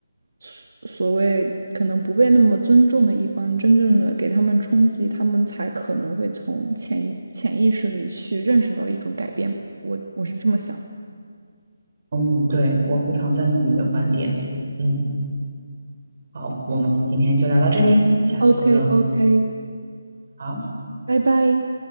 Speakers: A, on the right; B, on the right.
A: 所所谓可能不被那么尊重的一方，真正的给他们冲击，他们才可能会从潜意潜意识里去认识到一种改变吧。我我是这么想。
B: 嗯，对，我非常赞同你的观点。嗯，好，我们今天就聊到这里，下次
A: o k o k
B: 好。
A: 拜拜。